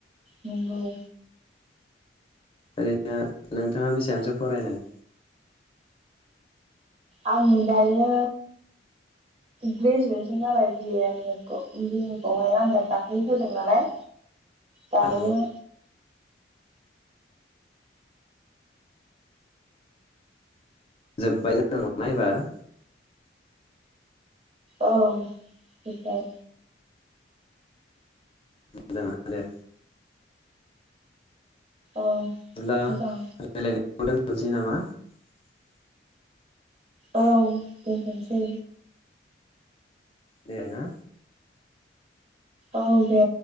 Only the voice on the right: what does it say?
नंगौ
आं दायो ग्रेजुवेसन जाबाय बिए एम ए खौ बि खौहाय आं दा दाखालि होदों नालाय दायो
<inaudible>
औ जोबबाय
औ
मोजां
औ दोन्थनोसै
औ दे